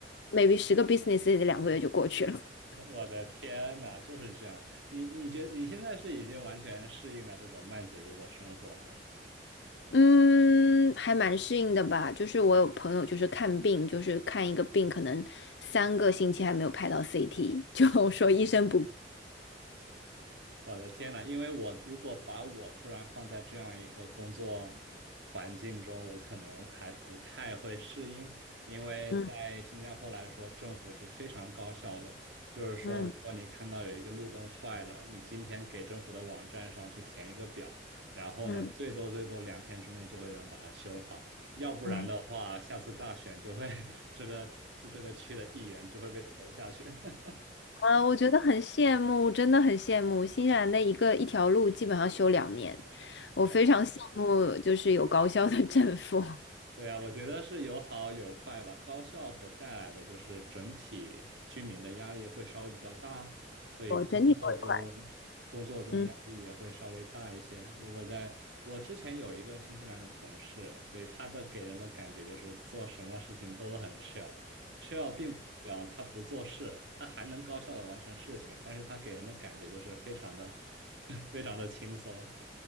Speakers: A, on the left; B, on the right.
A: maybe 十个 business days 两个月就过去了。
B: 我我的天呐，就是这样。你你觉你现在是已经完全适应了这种慢节奏的生活吗？
A: 嗯，还蛮适应的吧。就是我有朋友就是看病，就是看一个病，可能三个星期还没有拍到 CT，就说医生不。
B: 我的天呐，因为我如果把我突然放在这样一个工作环境中，我可能还不太会适应。因为在新加坡来说，
A: 嗯
B: 政府是非常高效的，就是说，
A: 嗯
B: 如果你看到有一个路灯坏了，你今天给政府的网站上去填一个表，然后呢，
A: 嗯，
B: 最多最多两天之内就会有人把它修好，要不然的话，
A: 哎，
B: 下次大选就会 <laughs> 这个这这个区的议员就会被投下去。<laughs>
A: 啊，我觉得很羡慕，真的很羡慕新西兰的一个一条路基本上修两年，
B: 对
A: 我非常羡慕，就是有高校的 <laughs> 政府。
B: 对啊，我觉得是有好有坏吧。高校所带来的就是整体居民的压力会稍微比较大，所以工作中工作中压力也会稍微大一些。
A: 我整体都很快。嗯
B: 如果在我之前有一个新西兰的同事，所以他的给人的感觉就是做什么事情都很 chill，chill 并不代表他不做事，他还能高效的完成事情，但是他给人的感觉就是非常的 <laughs> 非常的轻松。